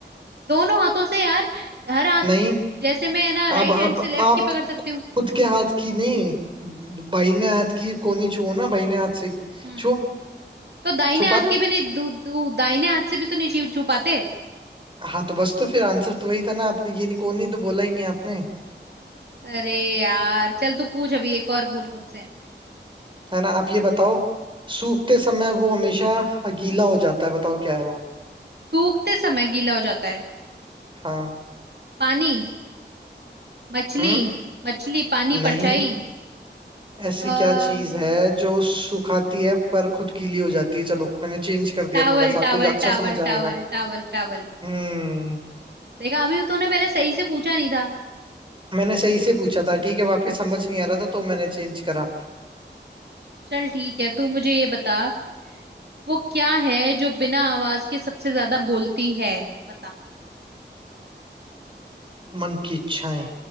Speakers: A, on the right (about 60°); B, on the right (about 25°).
A: दोनों हाथों से यार हर हाथ
B: नहीं
A: जैसे मैं है ना
B: अब
A: राइट
B: आप
A: हैंड से लेफ्ट
B: आप
A: की पकड़ सकती हूँ
B: खुद के हाथ की नहीं ब- बाहिने हाथ की कोहनी छुओ ना बाहिने हाथ से ही।
A: हम्म
B: छुओ
A: तो दाहिने
B: छुपा
A: हाथ
B: रहे
A: की
B: हो
A: भी नहीं दू, दू, दाहिने हाथ से भी तो नहीं छू छू पाते
B: हाँ तो बस तो फिर आंसर तो वही था ना आपने ये नहीं कोहनी तो बोला ही नहीं आपने
A: अरे यार चल तू पूछ अभी एक और पूछ मुझसे
B: है ना आप ये बताओ सूखते समय वो हमेशा गीला हो जाता है बताओ क्या है वो
A: सूखते समय गीला हो जाता है
B: हाँ
A: पानी मछली
B: हम्म
A: मछली पानी
B: नहीं
A: परछाई
B: ऐसी
A: अम्म
B: क्या चीज है जो सुखाती है पर खुद गीली हो जाती है चलो मैंने चेंज कर दिया
A: towel
B: थोड़ा सा आपको
A: towel
B: जो अच्छा
A: towel
B: समझ आएगा
A: towel towel towel
B: हम्म
A: देखा अभी तो तूने पहले सही से पूछा नहीं था
B: मैंने सही से पूछा था ठीक है वापस समझ नहीं आ रहा था तो मैंने चेंज करा
A: चल ठीक है तू मुझे ये बता वो क्या है जो बिना आवाज के सबसे ज्यादा बोलती है बता
B: मन की इच्छाएं